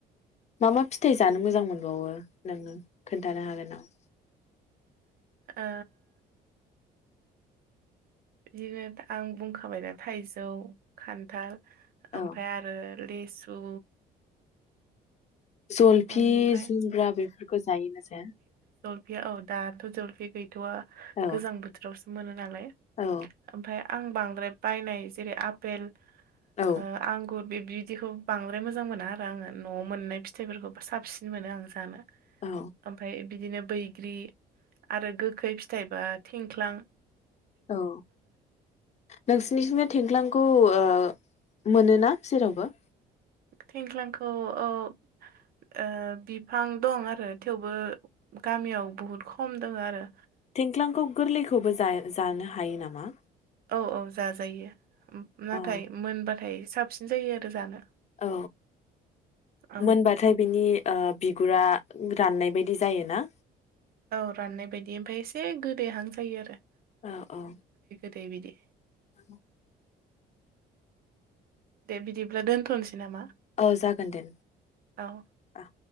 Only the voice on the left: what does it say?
मा मा फिथाइ जानो मोजां मोनबावो नों खोन्थानो हागोन नामा?
औ
जलफि
जुमब्रा बेफोरखौ जायोना जाया?
औ
औ
औ
औ
औ नोंसिनिथिंनो थेंख्लांखौ ओ मोनोना जेरावबो
थेंख्लांखौ गोरलैखौबो जा जानो हायो नामा?
औ
औ
मोनबाथाय बिनि ओ बिब गुरा राननाय बायदि जायो ना?
औ औ।
औ।
औ जागोन दे
अ।